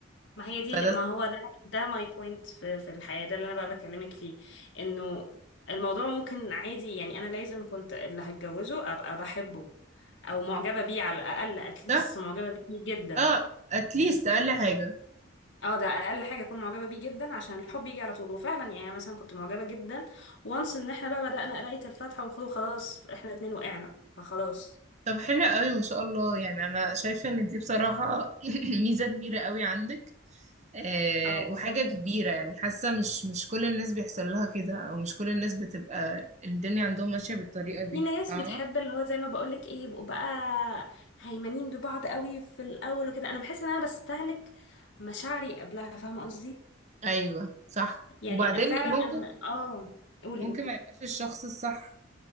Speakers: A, on the left; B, on the right.
A: ما هي دي
B: فده
A: ما
B: صح؟
A: هو ده ده ماي بوينت في, في الحياة ده اللي أنا بقى بكلمك فيه إنه الموضوع ممكن عادي يعني أنا لازم كنت اللي هتجوزه أبقى بحبه أو معجبة بيه على الأقل أتليست
B: ده
A: معجبة بيه جدا
B: اه اتليست اقل حاجة
A: اه ده اقل حاجه اكون معجبه بيه جدا عشان الحب يجي على طول وفعلا يعني مثلا كنت معجبه جدا وانس ان احنا بقى بدانا قرايه الفاتحه والخضوع خلاص احنا الاتنين وقعنا فخلاص
B: طب حلو قوي ما شاء الله يعني انا شايفه ان دي بصراحه <laughs> <clears throat> ميزه كبيره قوي عندك أه
A: اه بالظبط
B: وحاجه كبيره يعني حاسه مش مش كل الناس بيحصل لها كده او مش كل الناس بتبقى الدنيا عندهم ماشيه بالطريقه دي
A: في ناس
B: فاهمه
A: بتحب اللي هو زي ما بقولك ايه يبقوا بقى هيمنين ببعض قوي في الاول وكده انا بحس ان انا بستهلك مشاعري قبلها فاهمه قصدي
B: ايوه صح
A: يعني
B: وبعدين
A: فعلا
B: ممكن
A: انا اه قولي
B: ممكن
A: قولي
B: ما يبقاش الشخص الصح